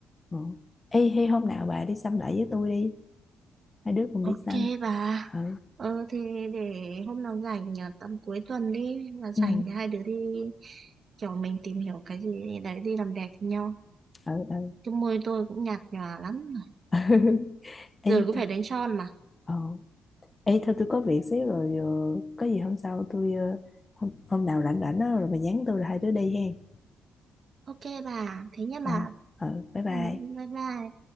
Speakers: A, on the left (about 25°); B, on the right (about 45°).
A: Ừ. Ê, hay hôm nào bà đi xăm lại với tôi đi, hai đứa cùng
B: Ok
A: đi xăm.
B: bà.
A: Ừ,
B: ờ thì để hôm nào rảnh à, tầm cuối tuần đi là rảnh
A: ừ,
B: thì hai đứa đi kiểu mình tìm hiểu cái gì đấy đi làm đẹp với nhau
A: ừ, ừ.
B: chứ môi tôi cũng nhạt nhòa lắm rồi
A: <laughs> Ê,
B: giờ cũng
A: th-
B: phải đánh son mà
A: ờ. Ê, thôi tôi có việc xíu rồi, ờ, có gì hôm sau tôi, ờ, hôm, hôm nào rảnh rảnh đó, rồi bà nhắn tôi rồi hai đứa đi hen.
B: ok bà thế nhé
A: Ờ,
B: bà
A: ừ, bye bye.
B: Ừ, bye bye